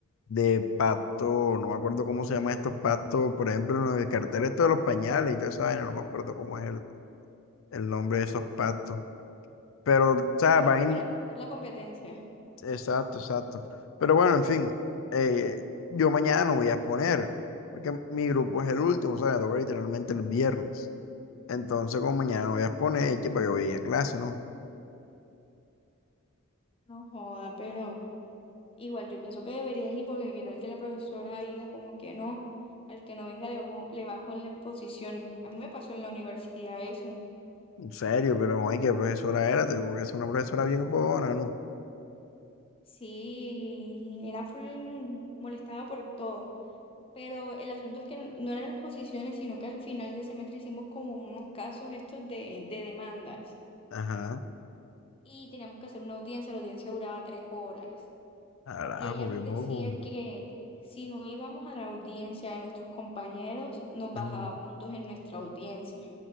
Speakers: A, on the left; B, on the left.
A: de pacto, no me acuerdo cómo se llaman estos pactos, por ejemplo, en el cartel esto de los pañales y toda esa vaina, no me acuerdo cómo es el, el nombre de esos pactos. Pero, o sea,
B: Pero
A: van,
B: que
A: in-
B: para limitar la competencia.
A: Exacto, exacto. Pero bueno, en fin, eh, yo mañana no voy a exponer, porque mi grupo es el último, o sea, me toca literalmente el viernes. Entonces, como mañana no voy a exponer, que para que voy a ir a clase, ¿no?
B: No joda, pero igual yo pienso que deberías ir porque qué tal que la profesora diga como que no, al que no venga le, bo- le bajo en la exposición. A mí me pasó en la universidad eso.
A: En serio, pero ay, qué profesora era, tengo que ser una profesora bien jodona, ¿no?
B: Sí, era full molestada por todo. Pero el asunto es que n- no eran exposiciones, sino que al final del semestre hicimos como unos casos estos de, de demandas
A: Ajá,
B: y teníamos que hacer una audiencia, la audiencia duraba tres horas
A: carajo,
B: y ella nos
A: qué
B: decía
A: poco.
B: que si no íbamos a la audiencia de nuestros compañeros, nos bajaba
A: Mm,
B: puntos en nuestra audiencia.